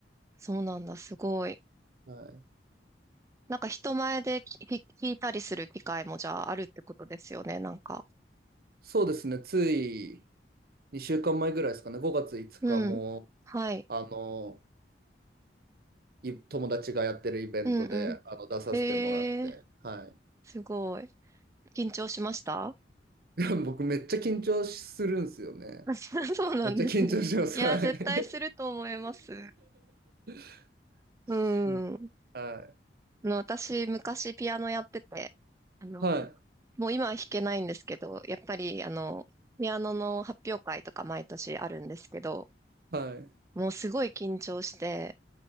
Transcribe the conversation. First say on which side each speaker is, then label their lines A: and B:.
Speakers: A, on the right; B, on the right.
A: そうなんだ。すごい。
B: はい。
A: なんか人前で聞聞いたりする機会もじゃああるってことですよね、なんか。
B: そうですね。つい2週間前ぐらいですかね。5月5日も、
A: うん。はい。
B: あの、い友達がやってるイベントで、
A: うんう
B: あの、出させてもらって。
A: ん。えー、
B: は
A: すごい。緊張しました
B: い。<laughs> でも僕めっちゃ緊張するんですよね。
A: <laughs> そうなんですね。
B: めっちゃ緊張します。
A: いや、
B: はい。
A: 絶対すると思います。
B: <laughs>
A: う
B: し
A: ん。あ
B: はい。
A: の、私、昔ピアノやってて、あの、
B: はい。
A: もう今は弾けないんですけど、やっぱり、あの、ピアノの発表会とか毎年あるんですけど、
B: はい。
A: もうすごい緊張して、